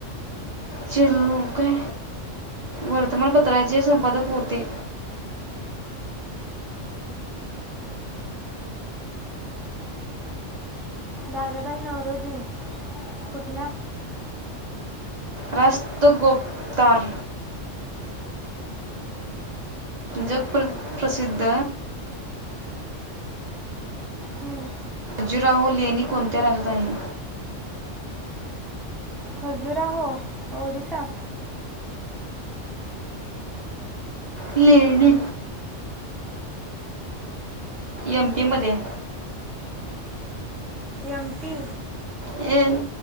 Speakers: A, on the right (about 40°); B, in the centre.
A: चि <unintelligible> काय वर्तमानपत्राचे संपादक होते?
B: दादाबाई नवरोजी, कुठल्या?
A: रास्त गोपतार. जगप प्र प्रसिद्ध
B: हम्म,
A: जीराहू लेणी कोणत्या राजधानी?
B: खजुराहो ओडिसा?
A: लेणी. एम पी मध्ये.
B: M P.
A: ये म.